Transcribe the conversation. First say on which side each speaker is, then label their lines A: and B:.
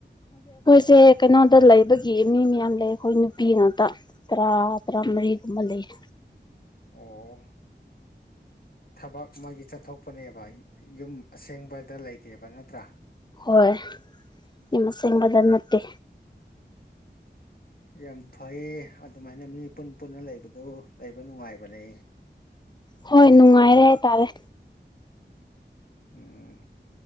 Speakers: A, on the left (about 25°); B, on the left (about 55°).
A: ꯁꯦ ꯀꯩꯅꯣꯗ ꯂꯩꯕꯒꯤ ꯃꯤ ꯃꯌꯥꯝ ꯂꯩ ꯑꯩꯈꯣꯏ ꯅꯨꯄꯤ ꯉꯥꯛꯇ ꯇꯔꯥ ꯇꯔꯥ ꯃꯔꯤꯒꯨꯝꯕ ꯂꯩꯌꯦ
B: ꯑꯣ ꯊꯕꯛ ꯑꯃꯒꯤ ꯆꯠꯊꯣꯛꯄꯅꯦꯕ ꯌꯨꯝ ꯑꯁꯦꯡꯕꯗ ꯂꯩꯇꯦꯕ ꯅꯠꯇ꯭ꯔꯥ
A: ꯍꯣꯏ ꯏꯃꯁꯦꯡꯕꯗ ꯅꯠꯇꯦ
B: ꯌꯥꯝ ꯐꯩ ꯑꯗꯨꯃꯥꯏꯅ ꯃꯤ ꯄꯨꯟ ꯄꯨꯟꯅ ꯂꯩꯕꯗꯨ ꯂꯩꯕ ꯅꯨꯡꯉꯥꯏꯕꯅꯦ
A: ꯍꯣꯏ ꯅꯨꯡꯉꯥꯏꯔꯦ ꯍꯥꯏꯇꯥꯔꯦ
B: ꯎꯝ